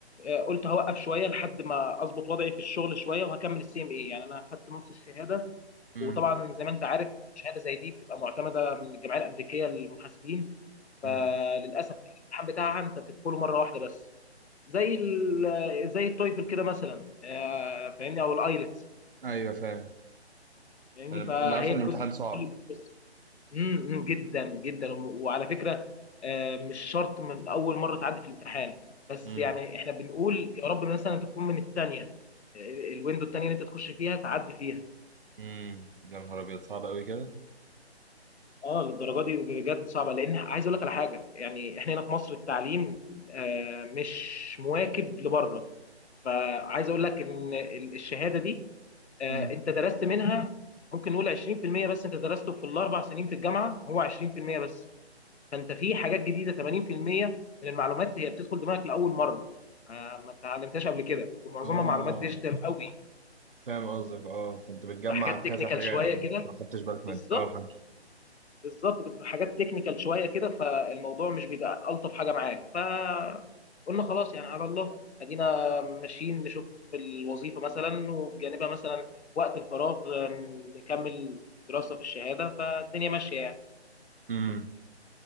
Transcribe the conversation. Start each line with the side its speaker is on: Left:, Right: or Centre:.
Left: آه، قلت هوقف شويه لحد ما اظبط وضعي في الشغل شويه وهكمل السي ام اي يعني انا خدت نص الشهاده
Right: امم
Left: وطبعا زي ما انت عارف شهاده زي دي بتبقى معتمده من الجمعيه الامريكيه للمحاسبين فللاسف
Right: امم
Left: الامتحان بتاعها انت بتدخله مره واحده بس زي ال- آه، زي التويفل كده مثلا آه، فاهمني او الايلتس
Right: ايوه فاهم
Left: فاهمني
Right: انا اللي
Left: فهي
Right: عارفه ان
Left: كل
Right: الامتحان صعب
Left: كل امم امم، جدا جدا وعلى فكره آه، مش شرط من اول مره تعدي في الامتحان بس
Right: امم
Left: يعني احنا بنقول يا رب مثلا تكون من الثانيه الويندو الثانيه اللي انت تخش فيها تعدي فيها
Right: امم يا نهار ابيض صعب قوي كده
Left: اه للدرجه دي بجد صعبه لان عايز اقول لك على حاجه يعني احنا هنا في مصر التعليم آه، مش مواكب لبره فعايز اقول لك ان ال- الشهاده دي آه،
Right: امم
Left: انت درست منها ممكن نقول 20% بس انت درسته في الاربع سنين في الجامعه هو 20% بس فانت في حاجات جديده 80% من المعلومات هي بتدخل دماغك لاول مره آه، ما اتعلمتهاش قبل كده ومعظمها
Right: اه
Left: معلومات ديجيتال قوي
Right: فاهم قصدك اه فانت بتجمع
Left: حاجات تكنيكال
Right: كذا حاجه
Left: شويه
Right: يعني
Left: كده
Right: ما خدتش بالك منها
Left: بالظبط
Right: اه فاهم
Left: بالظبط بتبقى حاجات تكنيكال شويه كده فالموضوع مش بيبقى الطف حاجه معاك فقلنا خلاص يعني على الله ادينا ماشيين نشوف الوظيفه مثلا وبجانبها مثلا وقت الفراغ آه، نكمل دراسه في الشهاده فالدنيا ماشيه يعني
Right: امم